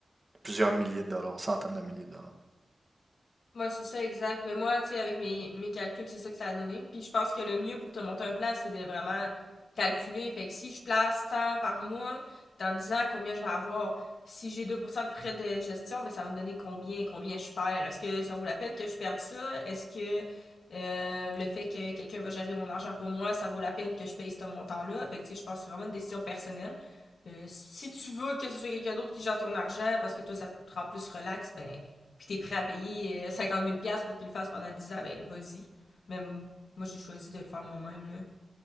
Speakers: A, on the right; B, on the left.
A: plusieurs milliers de dollars, centaines de milliers de dollars.
B: Ouais, c'est ça, exact. Mais moi, tu sais, avec mes, mes calculs, c'est ça que ça a donné. Puis je pense que le mieux pour te monter un plan, c'est de vraiment calculer. Fait que si je place tant par mois, dans 10 ans, combien je vais avoir? Si j'ai 2% de frais de gestion, ben ça va me donner combien, combien je perds. Est-ce que ça vaut la peine que je perde ça? Est-ce que euh, le fait que quelqu'un va gérer mon argent pour moi, ça vaut la peine que je paye ce montant-là? Fait que tu sais, je pense que c'est vraiment une décision personnelle. Euh, si tu veux que ce soit quelqu'un d'autre qui gère ton argent parce que toi, ça te rend plus relax, ben puis t'es prêt à payer euh, 50 000 pour qu'il le fasse pendant 10 ans, ben vas-y. Mais moi, j'ai choisi de le faire moi-même, là.